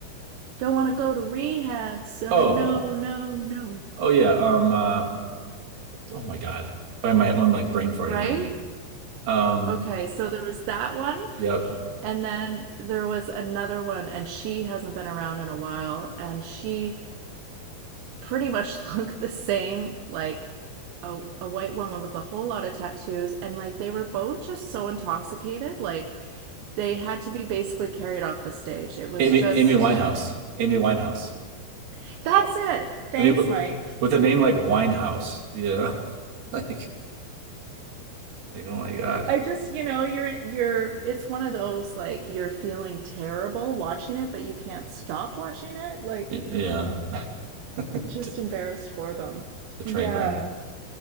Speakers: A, on the right; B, on the right.
A: don't want to go to rehab, so
B: Oh,
A: no, no, no.
B: oh yeah. Um. Uh, oh my God. Why am I? I'm like brain farting
A: Right?
B: right now. Um.
A: Okay, so there was that one.
B: Yep.
A: And then there was another one, and she hasn't been around in a while, and she pretty much <laughs> looked the same, like a, a white woman with a whole lot of tattoos. And like they were both just so intoxicated, like they had to be basically carried off the stage. It was
B: Amy.
A: just,
B: Amy Winehouse. Amy Winehouse.
A: <laughs> that's it. Thanks,
B: I mean, w-
A: Mike.
B: with a name like Winehouse, yeah. <laughs> Like, like, oh my God.
A: I just, you know, you're you're it's one of those like you're feeling terrible watching it, but you can't stop watching it. Like
B: Y- Yeah. <laughs>
A: just embarrassed for them.
B: The train
A: Yeah.
B: wreck.